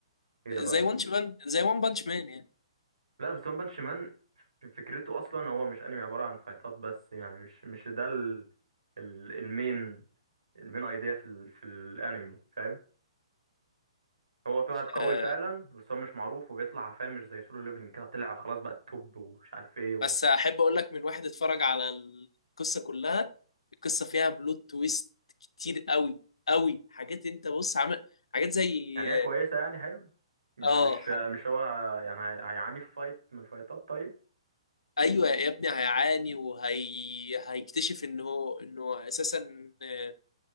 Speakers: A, on the right; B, on the left.
A: ايه ده بقى
B: زي وان مان زي وان بانش مان يعني
A: لا بس ون بانش مان ف- فكرته اصلا هو مش انمي عباره عن فايتات بس يعني مش مش ده ال- ال- المين المين ايديا في ال في الانمي فاهم هو في واحد قوي
B: آه،
A: فعلا بس هو مش معروف وبيطلع فاهم مش زي سولو ليفلنج كده طلع خلاص بقى التوب ومش عارف ايه
B: بس احب اقول لك من واحد اتفرج على القصه كلها القصه فيها بلوت تويست كتير قوي قوي حاجات انت بص عمل حاجات زي
A: يعني هي كويسة يعني حلو يعني
B: اه
A: مش مش
B: آه،
A: هو يعني هي- هيعاني في فايت من الفايتات طيب
B: ايوه يا ابني هيعاني وهي هيكتشف ان هو انه اساسا آه،